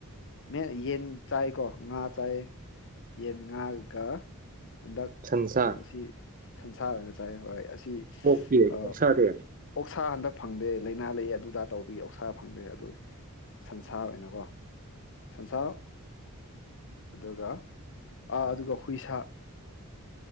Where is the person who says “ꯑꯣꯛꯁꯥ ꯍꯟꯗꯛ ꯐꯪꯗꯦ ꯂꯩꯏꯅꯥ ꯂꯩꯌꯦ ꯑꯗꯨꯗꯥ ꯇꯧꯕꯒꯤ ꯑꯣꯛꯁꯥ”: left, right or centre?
Left